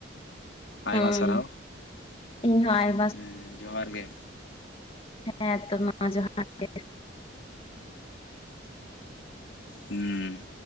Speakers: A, on the left (about 70°); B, on the left (about 30°).
A: ᱟᱭᱢᱟ
B: ᱦᱩᱸ
A: ᱥᱟᱨᱦᱟᱣ᱾
B: ᱤᱧ ᱦᱚᱸ ᱟᱭ
A: ᱦᱮᱸ ᱡᱚᱦᱟᱨ ᱜᱮ᱾
B: ᱦᱮᱸ ᱛᱚ ᱢᱟ ᱡᱚᱦᱟᱨ ᱜᱮ᱾
A: ᱦᱩᱸ